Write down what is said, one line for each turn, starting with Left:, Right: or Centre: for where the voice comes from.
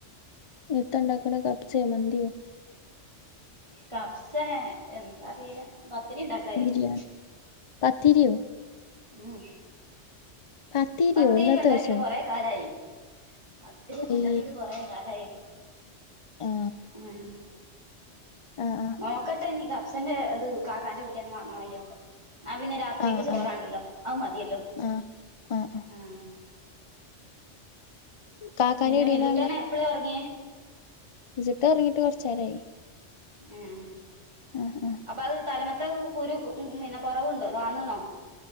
Left: ഇത്ത ഇണ്ടാക്കണ കപ്പ്സേ മന്തിയോ.
Right: കപ്സേ എന്താ അറിയില്ല. പത്തിരി ഉണ്ടാക്ക വിചാരിച്ചു
Left: ബിരിയാണി പത്തിരിയോ
Right: ഉം
Left: പത്തിരിയോ
Right: പത്തിരിയൊക്കെ
Left: ഇന്നത്തെ
Right: ഉണ്ടാക്കിയിട്ട്
Left: ദിവസോ
Right: കൊറേ കാലായി. പത്തിരിയൊക്കെ ഉണ്ടാക്കിയിട്ട്
Left: ഈ
Right: കൊറേ കാലായെടി.
Left: ആ
Right: ഉം
Left: ആഹ് ആഹ്
Right: നോക്കട്ടെ ഇനി കപ്സിൻ്റെ ഇത് കാക്കാന്റെ പീടികേന്ന് വാങ്ങാൻ കഴിയോ നോക്കട്ടെ. ആഹ് പിന്നെ രാത്രികേക്ക്
Left: ആ
Right: ചോറുവേണ്ടല്ലോ.
Left: ആ
Right: അത് മതിയല്ലോ.
Left: ആ ആ ആ
Right: ആഹ്
Left: കാക്കാന്റെ
Right: പിന്നെ
Left: എടീന്ന്
Right: മിതൂട്ടന് എപ്പളേ ഉറങ്ങിയേ?
Left: മിജൂട്ടൻ ഉറങ്ങിയിട്ട് കുറച്ചു നേരായി.
Right: ഉം
Left: ആ ആ
Right: അപ്പൊ അത് തലമത്തെ കുരു പിന്നെ കുറവുണ്ടോ? അതോ താന്നിക്കണോ?